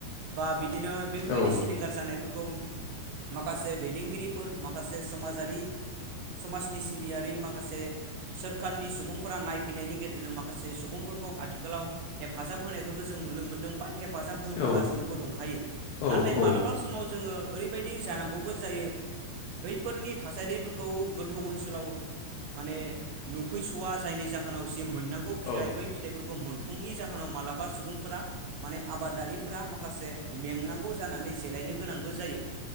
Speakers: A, on the right; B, on the left.
A: बा बिदिनो बेफोरबायदि
B: औ
A: सिलिंखार जानायफोरखौ माखासे दैदेनगिरि फोर माखासे समाजारि समाजनि सिबियारि माखासे सोरखारनि सुबुंफोरा नायफैनायनि गेजेरजों माखासे सुबुंफोर फोरखौ आथिखालाव हेफाजाब होनायखौबो जों नुनो मोनदों बा हेफाजाब होबोगासिनोबो
B: औ
A: दंखायो
B: औ
A: नाथाय
B: औ
A: मालाबा समाव जोङो ओरैबायदि जानांगौबो जायो। बैफोरनि थासारिफोरखौ गोथौ ओनसोलाव माने नुफैस'वा जायनि जाहोनाव जि मोननांगौ फिथाइ
B: औ
A: बै फिथाइफोरखौ मोनफुंनि जाहोनाव मालाबा सुबुंफोरा माने आबादारिफोरा माखासे मेंनांगौ जानानै जिरायनो गोनांबो जायो।